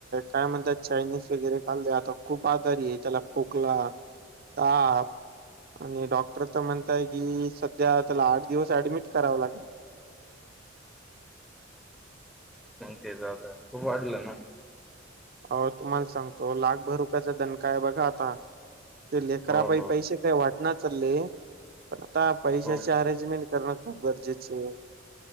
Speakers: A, on the right; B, in the centre.
A: काय म्हणतात चायनीज वगैरे खाल्ले आता खूप आजारी ये त्याला खोकला ताप आणि डॉक्टर त म्हणताय की सध्या त्याला आठ दिवस ऍडमिट कराव लागनं
B: ते चं आता खूप वाढलं ना.
A: आहो तुम्हाला सांगतो लाखभर रुपयाचा दणका हाय बघा आता ते लेकरापाई
B: हो हो
A: पैसे काय वाट नाय चालले पण आता पैशाची
B: हो
A: अरेंजमेंट करणं खूप गरजेचे ये.